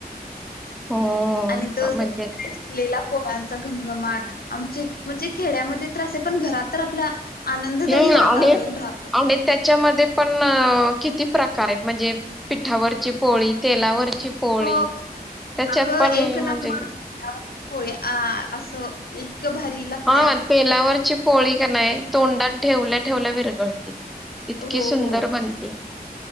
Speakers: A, in the centre; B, on the left.
A: हो
B: आणि तो <inaudible>
A: म्हणजे
B: सुटलेला पोळ्यांचा घमघमाट आमचे म्हणजे खेड्यामध्ये त्रास आहे पण घरात तर आपल्या आनंददायी
A: हम्म
B: वातावरण
A: आणि
B: राहतं
A: आणि त्याच्यामध्ये पण किती प्रकारे म्हणजे पिठावरची पोळी तेलावर ची पोळी
B: हो
A: त्याच्यात
B: अगं
A: पण
B: एक
A: म्हणजे
B: नंबर पोळी आ असं भारी लागत्या
A: हा तेलावरची पोळी का नाही तोंडात ठेवल्या-ठेवल्या विरगळती इतकीे
B: हो
A: सुंदर
B: हो
A: बनते.